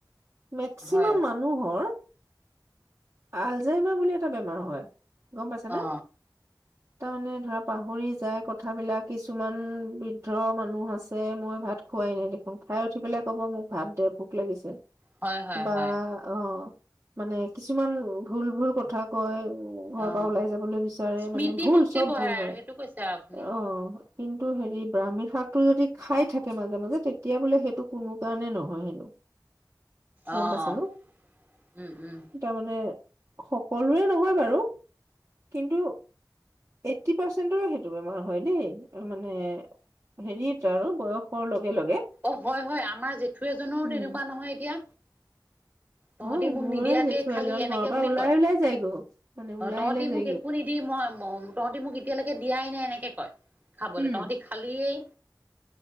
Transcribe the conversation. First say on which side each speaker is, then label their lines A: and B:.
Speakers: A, on the right; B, on the right.
A: মেক্সিমাম
B: হয়
A: মানুহৰ আলজাইমাৰ বুলি এটা বেমাৰ হয়, গম পাইছানে?
B: অ
A: তাৰ মানে ধৰা, পাহৰি যায় কথাবিলাক, কিছুমান বৃদ্ধ মানুহ আছে মই ভাত খো খুৱাই নাই দেখোন। খাই উঠি পেলাই ক'ব, মোক ভাত দে, ভোক লাগিছে
B: হয় হয়
A: বা
B: হয়
A: অ' মানে কিছুমান ভুল - ভুল কথা কয়। ঘৰৰ
B: অ
A: পৰা ওলাই যাবলৈ বিচাৰে,
B: স্মৃতি
A: মানে ভুল,
B: শক্তি
A: চব
B: বঢ়াই
A: ভুল হয়।
B: আৰু সেইটো কৈছে আৰু আপুনি
A: অ'। কিন্তু হেৰি ব্ৰাহ্মী শাকটো যদি খাই থাকে মাজে মাজে, তেতিয়া বোলে সেইটো কোনো কাৰণে নহয় হেনো। গম
B: অ'।
A: পাইছা ন
B: উম - উম।
A: তাৰমানে সকলোৰে নহয় বাৰু, কিন্তু এইটি পাৰ্চেন্টৰে সেইটো বেমাৰ হয় দেই, মানে হেৰিয়েতো আৰু, বয়সৰ লগে - লগে
B: অ' হয় - হয়। আমাৰ জেঠু এজনৰো
A: উম
B: তেনেকুৱা নহয়, এতিয়া। তহঁতি
A: হয়
B: মোক
A: মোৰে
B: নিদিয়াকে
A: জেঠু
B: খালি,
A: এজন
B: এনেকে
A: ঘৰৰ পৰা
B: বুলি
A: ওলাই
B: কয়।
A: ওলাই যায়গৈ মানে ওলাই
B: অ' তহঁতি
A: ওলাই যায়গৈ
B: মোক একো নিদি মই ম- তহঁতি মোক এতিয়ালৈকে দিয়াই নাই, এনেকে কয়, খাবলৈ।
A: উম
B: তহঁতি খালিয়েই